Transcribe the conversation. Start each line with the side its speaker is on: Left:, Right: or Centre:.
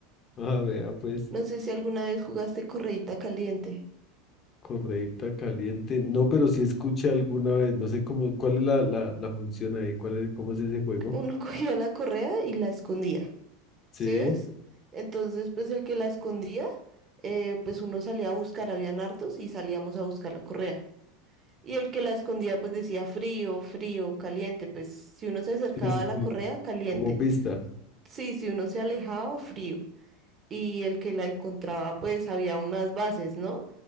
Left: Ah, vea, pues.
Right: No sé si alguna vez jugaste correíta caliente.
Left: Correita caliente. No, pero sí escuché alguna vez. No sé cómo, cuál es la, la, la función ahí, cuál es, cómo es ese juego.
Right: Uno <laughs> cogía la correa y la escondía.
Left: Sí,
Right: ¿Sí ves? Entonces, pues el que la escondía, eh, pues uno salía a buscar, habían hartos y salíamos a buscar la correa. Y el que la escondía, pues decía frío, frío, caliente. Pues si uno se acercaba
Left: sí, sí,
Right: a la
Left: sí.
Right: correa, caliente.
Left: Como pista.
Right: Sí, si uno se alejaba, frío. Y el que la encontraba, pues había unas bases, ¿no?